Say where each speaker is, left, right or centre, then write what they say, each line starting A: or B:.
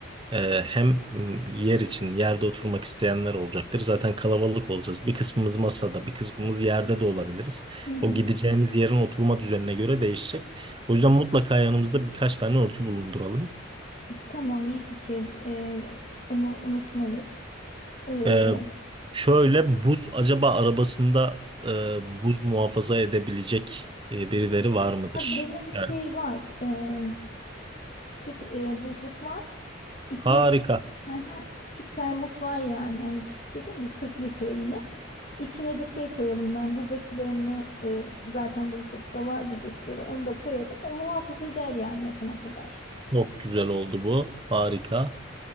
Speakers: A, on the right; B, on the left.
A: e, hem m, yer için yerde oturmak isteyenler olacaktır. Zaten kalabalık olacağız. Bir kısmımız masada, bir kısmımız yerde de olabiliriz.
B: Hı hı.
A: O gideceğimiz yerin oturma düzenine göre değişecek. O yüzden mutlaka yanımızda birkaç tane örtü bulunduralım.
B: Tamam iyi fikir. Ee, onu unutmayız. Ee,
A: E, şöyle buz acaba arabasında e, buz muhafaza edebilecek e, birileri var mıdır?
B: ha benim şey
A: Yani
B: var. Ee, küçük e, buzluk var. İçine
A: harika.
B: de <laughs> Aha, küçük termos var yani. Hani küçük dediğim bir 40 litre yine. İçine de şey koyarım ben. Buzdakilerini e, zaten buzlukta var buzdakileri. Onu da koyarım. O muhafaza eder yani yapana kadar.
A: Çok güzel oldu bu. Harika.